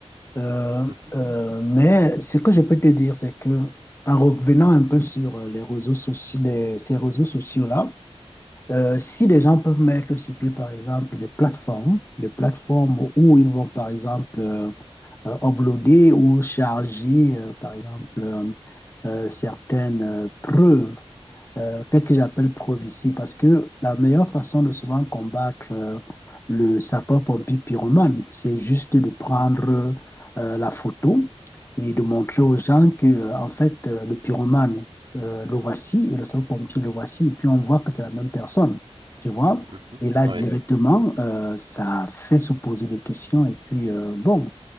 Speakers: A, on the left; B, on the right.
A: Euh,
B: Mhm,
A: euh, mais ce que je peux te dire, c'est que en revenant un peu sur euh, les réseaux sociaux, les- ces réseaux sociaux-là, euh, si les gens peuvent mettre sur pied, par exemple, des plateformes, des plateformes où ils vont, par exemple, euh, euh, uploader ou charger, euh, par exemple, euh, euh, certaines euh, preuves euh, qu'est-ce que j'appelle prophétie? Parce que la meilleure façon de souvent combattre euh, le sapeur-pompier pyromane, c'est juste de prendre
B: mhm,
A: euh, la photo et de montrer
B: mhm,
A: aux gens que, euh, en fait, euh, le pyromane, euh, le voici et le sapeur-pompier, le voici. Et puis on voit que c'est la même personne, tu vois?
B: mhm.
A: Et là, Ouais.
B: Oui,
A: directement, euh, ça fait se poser des questions. Et puis, euh, bon,